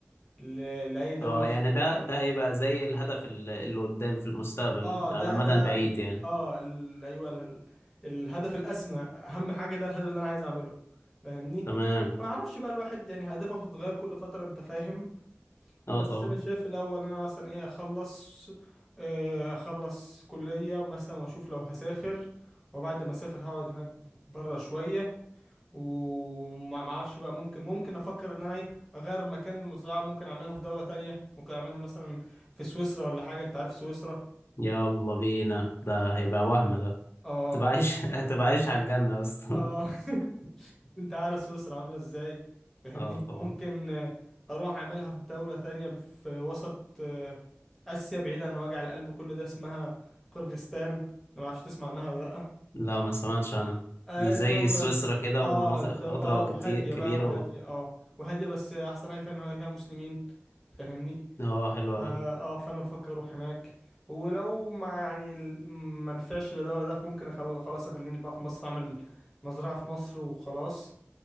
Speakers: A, in the centre; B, on the left (about 55°).
A: ل... لاي دولة
B: اه
A: في
B: يعني
A: اوروبا
B: ده ده هيبقى زي الهدف ال- اللي قدام في المستقبل
A: اه ده
B: على المدى
A: ده
B: البعيد
A: ال...
B: يعني
A: اه ال... ايوه ال... الهدف الاسمى اهم حاجة ده الهدف اللي انا عايز اعمله فاهمني
B: تمام
A: ما اعرفش بقى الواحد يعني اهدافه بتتغير كل فترة انت فاهم
B: اه
A: بس
B: طبعا
A: انا شايف الاول ان انا مثلا ايه اخلص آه، اخلص كلية مثلا واشوف لو هسافر وبعد ما اسافر هقعد هناك بره شوية وما ما اعرفش بقى ممكن ممكن افكر ان انا ايه اغير مكان المزرعة ممكن اعملها في دولة تانية ممكن اعملها مثلا في سويسرا ولا حاجة انت عارف سويسرا
B: يلا بينا ده هيبقى وهم ده
A: اه
B: تبقى عايش <laughs> هتبقى عايش على الجنة اصلا
A: اه <laughs> انت عارف سويسرا عاملة ازاي فاهمني
B: اه طبعا
A: ممكن آه، اروح اعملها في دولة تانية في وسط آه، آسيا بعيدة عن وجع القلب كل ده اسمها قرغستان أنا ما اعرفش تسمع عنها ولا لأ
B: لا ما سمعتش عنها
A: آه
B: دي زي
A: الدولة
B: سويسرا كده
A: اه
B: ومناطق
A: الدو...
B: خضراء
A: اه وهادية
B: كتير كبيرة
A: بقى وهادية
B: و...
A: اه وهادية بس أحسن حاجة فيها إن هي فيها مسلمين فاهمني
B: اه حلوة
A: فا
B: أوي
A: اه فأنا بفكر أروح هناك ولو ما يعني ال- ما نفعش لا ده ولا ده ممكن أخل... خلاص أخليني بقى في مصر أعمل مزرعة في مصر وخلاص